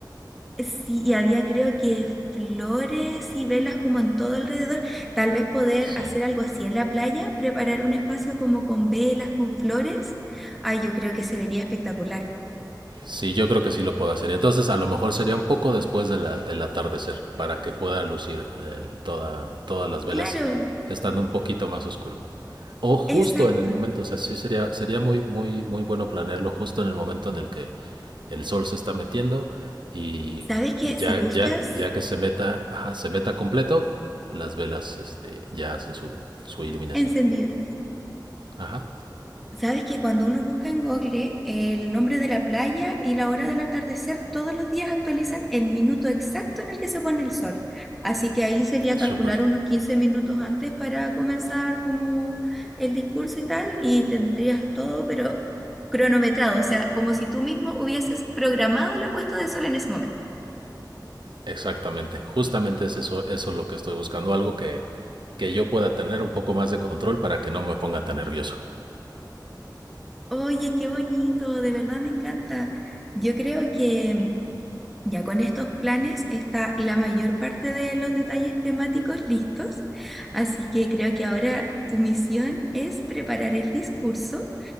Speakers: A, in the centre; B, on the right.
A: Sí, y había creo que flores y velas como en todo alrededor. Tal vez poder
B: Sí.
A: hacer algo así en la playa, preparar un espacio como con velas, con flores. Ay, yo creo que se vería espectacular.
B: Sí, yo creo que sí lo puedo hacer. Entonces, a lo mejor sería un poco después de la, del atardecer para que pueda lucir el- toda, todas las velas
A: Claro,
B: estando un poquito más oscuro. O justo
A: exacto.
B: en el momento, o sea, sí sería, sería muy, muy, muy bueno planearlo justo en el momento en el que el sol se está metiendo y,
A: ¿Sabes qué?
B: y ya,
A: Si buscas
B: ya, ya que se meta, ajá, se meta completo, las velas, este, ya hacen su, su iluminación.
A: encendidas.
B: Ajá,
A: Sabes que cuando uno busca en Google el nombre de la playa y la hora del atardecer, todos los días actualizan el minuto exacto en el que se pone el sol. Así que ahí sería calcular
B: súper.
A: unos 15 minutos antes para comenzar como el discurso y tal, y tendrías todo, pero cronometrado, o sea, como si tú mismo hubieses programado la puesta de sol en ese momento.
B: Exactamente, justamente es eso, eso es lo que estoy buscando, algo que, que yo pueda tener un poco más de control para que no me ponga tan nervioso.
A: Oye, qué bonito, de verdad me encanta. Yo creo que Ya con estos planes está la mayor parte de los detalles temáticos listos, así que creo que ahora tu misión es preparar el discurso